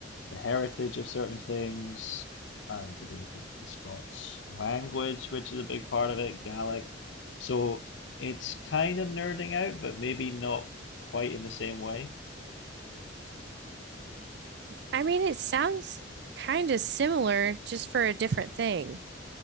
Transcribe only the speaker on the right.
I mean, it sounds kind of similar, just for a different thing.